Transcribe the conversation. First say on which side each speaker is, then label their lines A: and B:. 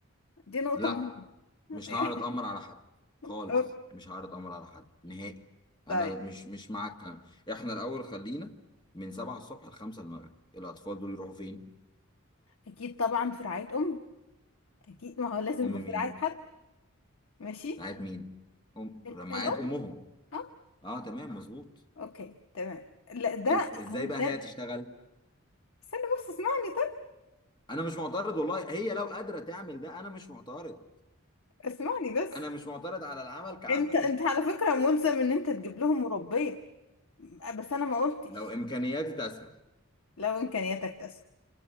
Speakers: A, on the left; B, on the left.
A: دي نقطة
B: لا
A: مهمة <laughs>
B: مش
A: يعني
B: هعرض امر على حد خالص
A: أوك-
B: مش هعرض امر على حد نهائي
A: طيب
B: انا مش مش مع الكلام احنا الاول خلينا من 7 الصبح ل 5 المغرب الاطفال دول يروحوا فين
A: اكيد طبعا في رعاية امه اكيد ما هو لازم
B: ام
A: يبقى في
B: مين
A: رعاية حد ماشي
B: رعايه مين ام
A: ال-
B: رعايه
A: الام
B: امهم
A: آه.
B: اه تمام مظبوط
A: اوكي تمام لا ده
B: حلو. ازاي
A: علشان
B: بقى هي تشتغل
A: استنى بس اسمعني طب
B: انا مش معترض والله هي لو قادره تعمل ده انا مش معترض
A: اسمعني بس
B: انا مش معترض على العمل كعمل
A: انت انت على فكرة ملزم ان انت تجيب لهم مربية بس انا ما قلتش
B: لو امكانياتي تسمح
A: لو امكانياتك تسمح